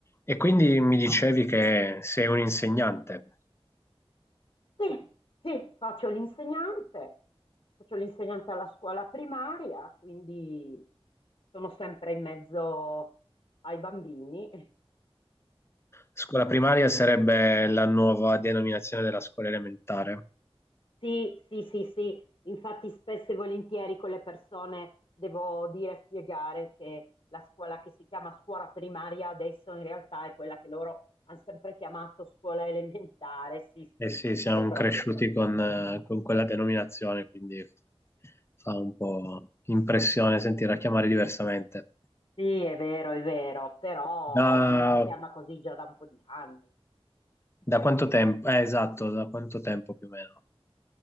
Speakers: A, on the left (about 25°); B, on the left (about 55°).
A: E quindi mi dicevi che sei un insegnante.
B: Sì, sì, faccio l'insegnante, faccio l'insegnante alla scuola primaria, quindi sono sempre in mezzo ai bambini. Eh,
A: Scuola primaria sarebbe la nuova denominazione della scuola elementare.
B: Sì, sì, sì, sì, infatti spesso e volentieri con le persone devo dire, spiegare che la scuola che si chiama scuola primaria adesso in realtà è quella che loro hanno sempre chiamato scuola elementare, sì,
A: E
B: sì,
A: sì, siamo
B: è proprio
A: cresciuti
B: quella.
A: con, eh, con quella denominazione, quindi fa un po' impressione sentirla chiamare diversamente.
B: Sì, è vero, è vero, però
A: Da,
B: ormai si chiama così già da un po' di anni.
A: da quanto tempo? Eh, esatto, da quanto tempo più o meno?